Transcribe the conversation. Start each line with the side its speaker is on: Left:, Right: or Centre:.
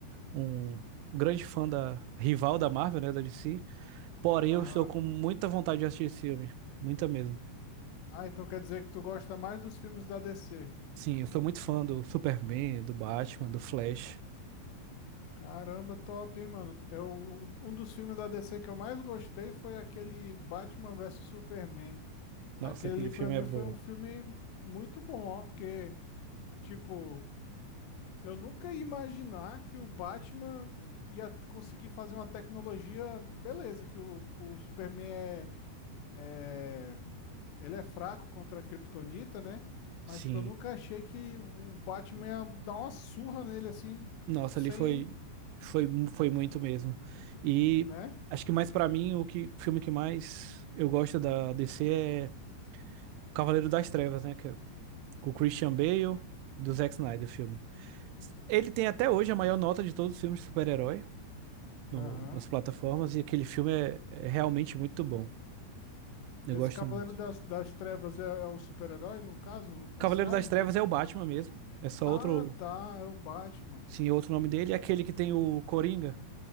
Right: um grande fã da rival da Marvel, né, da DC. Porém,
Left: aham.
Right: eu estou com muita vontade de assistir esse filme. Muita mesmo.
Left: Ah, então quer dizer que tu gosta mais dos filmes da DC.
Right: Sim, eu sou muito fã do Superman, do Batman, do Flash.
Left: Caramba, top, hein, mano? Eu, um dos filmes da DC que eu mais gostei foi aquele Batman versus Superman.
Right: Nossa,
Left: Aquele
Right: aquele
Left: ali
Right: filme
Left: pra mim
Right: é bom.
Left: foi um filme muito bom, ó, porque, tipo, eu nunca ia imaginar que o Batman ia conseguir fazer uma tecnologia, beleza, que o, o Superman é, é Ele é fraco contra a Kryptonita, né? Mas,
Right: Sim.
Left: tipo, eu nunca achei que o Batman ia dar uma surra nele, assim,
Right: Nossa,
Left: sem,
Right: ali foi foi mu- foi muito mesmo. E
Left: né?
Right: acho que mais pra mim o que o filme que mais eu gosto da DC é Cavaleiro das Trevas, né, que é com o Christian Bale, do Zack Snyder o filme. Ele tem até hoje a maior nota de todos os filmes de super-herói no-
Left: Aham.
Right: nas plataformas e aquele filme é é realmente muito bom. Eu
Left: Esse
Right: gosto
Left: Cavaleiro
Right: muito.
Left: das, das Trevas é, é o super-herói, no caso,
Right: Cavaleiro
Left: esse nome?
Right: das Trevas é o Batman mesmo. É só
Left: Ah,
Right: outro,
Left: tá, é o Batman.
Right: sim, outro nome dele. É aquele que tem o Coringa,